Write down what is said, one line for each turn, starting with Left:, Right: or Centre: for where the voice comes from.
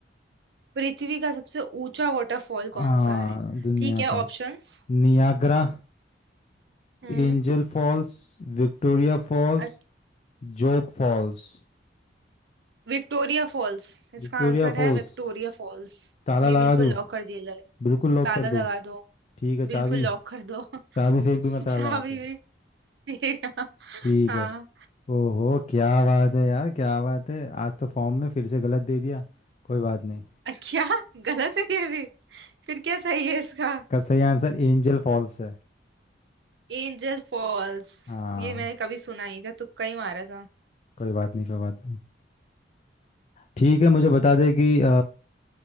Right: पृथ्वी का सबसे ऊंचा वाटरफॉल
Left: हाँ
Right: कौन सा है
Left: दुनिया
Right: ठीक है ऑप्शंस
Left: का Niagara
Right: हम्म
Left: Angel Falls Victoria Falls
Right: अच-
Left: Jog Falls
Right: विक्टोरिया फॉल्स इसका
Left: Victoria
Right: आंसर
Left: Falls
Right: है विक्टोरिया फॉल्स
Left: ताला
Right: जी
Left: लगा
Right: बिल्कुल
Left: दूँ
Right: लॉक कर दिया जाए
Left: बिल्कुल लॉक
Right: ताला
Left: कर दूँ
Right: लगा दो
Left: ठीक है चाबी
Right: बिल्कुल लॉक कर दो
Left: चाबी
Right: <laughs>
Left: फेंक दूंगा
Right: चाबी
Left: ताला लगा के
Right: भी <laughs> भी-
Left: ठीक
Right: हाँ
Left: है ओहो क्या बात है यार क्या बात है आज तो फॉर्म में फिर से गलत दे दिया कोई बात नहीं
Right: अ, क्या गलत है ये भी फिर क्या सही है इसका
Left: इसका सही आंसर एंजल फॉल्स है
Right: Angel Falls
Left: हाँ
Right: ये मैंने कभी सुना नहीं था तुक्का ही मारा था
Left: कोई बात नहीं कोई बात नहीं ठीक है मुझे बता दे कि अ,